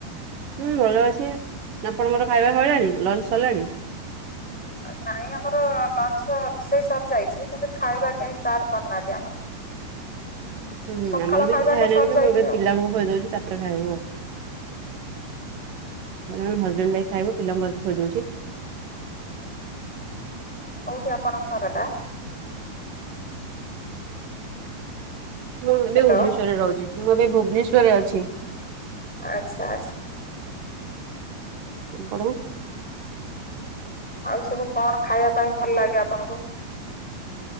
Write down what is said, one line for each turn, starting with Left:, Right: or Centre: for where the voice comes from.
Right: ହୁଁ ଭଲ ଅଛି ଆପଣଙ୍କର ଖାଇବା ସଇଲାଣି ଲଞ୍ଚ ସରିଲାଣି।
Centre: ନାଇଁ ଆମର ଲଞ୍ଚ ରୋଷେଇ ସରି ଯାଇଛି କିନ୍ତୁ ଖାଇବା କେହି ଷ୍ଟାର୍ଟ କରିନାହାନ୍ତି ଆମର।
Right: ଉଁ ହୁଁ
Centre: ସକାଳ
Right: ଆମର ବି
Centre: ଖାଇବାଟା
Right: କେହି ଖାଇନାହାନ୍ତି
Centre: ସରିଯାଇଚି
Right: ମୁଁ ଏବେ
Centre: ଆଉ।
Right: ପିଲାଙ୍କୁ ଖୁଆଇଦଉଚି ତା ପରେ ଖାଇବୁ ଆଉ ହଜବେଣ୍ଡ ଖାଇବୁ ପିଲାଙ୍କୁ ଆଗ ଖୋଇଦଉଚି।
Centre: କୋଉଠି ଆପଣଙ୍କ ଘର ଟା?
Right: ମୁଁ ଏବେ
Centre: ହାଲୋ
Right: ଭୁବନେଶ୍ଵରରେ ରହୁଛି ମୁଁ ଏବେ ଭୁବନେଶ୍ଵରେ ଅଛି।
Centre: ଆଛା ଆଛା।
Right: ହଉ।
Centre: ଆଉ ସବୁ କଣ ଖାଇବା ପାଇଁ ଭଲ ଲାଗେ ଆପଣଙ୍କୁ?